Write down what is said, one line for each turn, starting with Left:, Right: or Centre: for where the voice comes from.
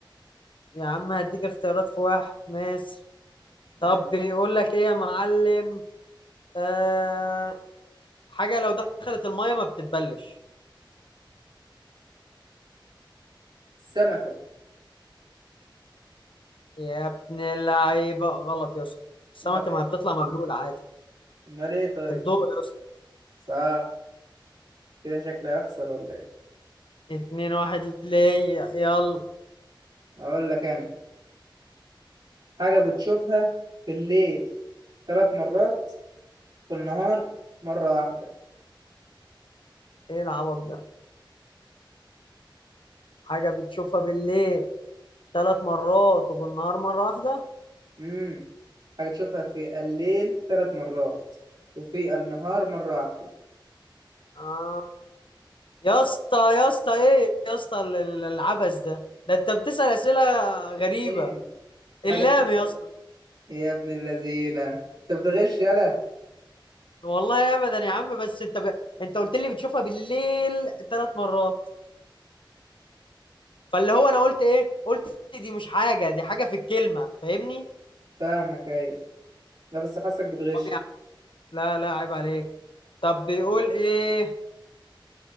Left: يا عم هديك اختيارات في واحد ماشي طب
Right: يا
Left: بيقول لك ايه يا معلم آه حاجة لو دخلت المية ما بتتبلش
Right: السمكة
Left: يا ابن اللعيبة غلط يا اسطى السمكة
Right: امال ايه
Left: ما بتطلع مبلولة عادي
Right: امال ايه طيب
Left: الضوء يا اسطى
Right: صح كده شكلي هخسر ولا ايه
Left: اتنين واحد ليا يلا
Right: اقول لك انا حاجة بتشوفها في الليل تلات مرات في النهار مرة واحدة
Left: ايه العبط ده حاجة بتشوفها بالليل ثلاث مرات وبالنهار مرة واحدة
Right: امم حاجة تشوفها في الليل تلات مرات وفي النهار مرة واحدة
Left: آه. يا اسطى يا اسطى ايه يا اسطى ال- ال- العبث ده ده انت بتسأل أسئلة غريبة
Right: ايه
Left: اللام
Right: حاجة بتشوفها
Left: يا اسطى
Right: يا ابن اللذينة انت بتغش يلا
Left: والله ابدا يا عم بس انت ب... انت قلت لي بتشوفها بالليل ثلاث مرات فاللي هو انا قلت ايه قلت دي مش حاجه دي حاجه في الكلمه فاهمني
Right: فاهمك ايوه لا بس حاسك بتغش
Left: طب يعني لا لا عيب عليك طب بيقول ايه